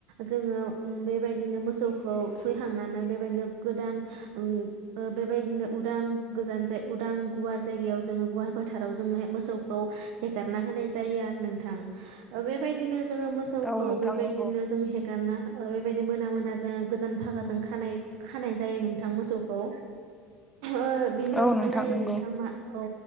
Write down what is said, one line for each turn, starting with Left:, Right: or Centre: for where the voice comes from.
Right: जोङो उम बेबायदिनो मोसौखौ थुैखैखांनानै बेबायदिनो गोदान ओ बेबायदिनो उदां गोजान उदां गुवार जायगायाव जोङो गुवार फोथाराव जोंङो मोसौखौ हेगारना होनाय जायो‌ आरो‌ नोंथां ओ बे बायदिनो जोङो मोसौखौ
Centre: औ नोंथां
Right: बेबायदिनो
Centre: नंगौ
Right: जों हेगारना ओ बेबायदि मोना मोनाजों गोदान फागाजों खानाय- खानाय जायो नोंथां मोसौखौ। ओ बिनि
Centre: औ
Right: अखानायै
Centre: नंगौ
Right: नोंथां मा औ